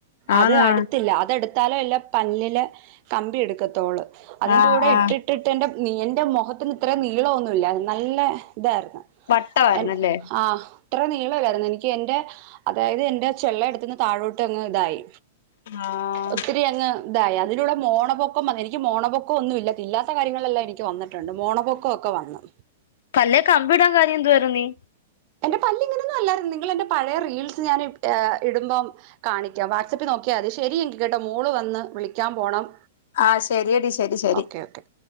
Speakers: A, on the left (about 65°); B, on the right (about 40°).
A: ആന്ന്
B: അത് അടുത്തില്ല അതെടുത്തലെഎല്ലാം പല്ലില് കമ്പി എടുക്കത്തോള് അതിന്റെ
A: ആ
B: കൂടെ
A: ആ
B: ഇട്ടിട്ടിട്ട്ന്റെ നിയ ന്റെ മുഖത്തിന് ഇത്ര നീളംന്നുല്ല നല്ല ഇതായിരുന്നു
A: വട്ടമായിരുന്നല്ലേ
B: എ ആ ഇത്ര നീളാരുന്നു എനിക്ക് എന്റെ അതായത് എന്റെ ചെള്ള എടുത്തന്ന് താഴോട്ട് അങ്ങ് ഇതായി
A: ആഹ്
B: ഒത്തിരി അങ്ങ് ഇതായി അതിലടെ മോണപ്പൊക്കം എനിക്ക് മോണപ്പൊക്കംന്നുമല്ല ഇല്ലാത്ത കാര്യങ്ങളെല്ലാം എനിക്ക് വന്നിട്ടുണ്ട് മോണപ്പൊക്ക ഒ വന്ന്
A: പല്ലേക്കെ കമ്പി ഇടാൻ കാര്യം എന്തു വരു നീ
B: എന്റെ പല്ല് ഇങ്ങനെന്നും അല്ലായിരുന്നു നിങ്ങൾ എന്റെ പഴയ റീൽസ് ഞാൻ ഹെ ഇടുമ്പോം കാണിക്കാം വാട്സ്ആപ്പിൽ നോ ഓക്കെ അത് ശരി എനി കേട്ട മോള് വന്ന് വിളി ക്കാ പോണം
A: ആഹ് ശരിയടി ശരി ശരി
B: ഓകെ ഓകെ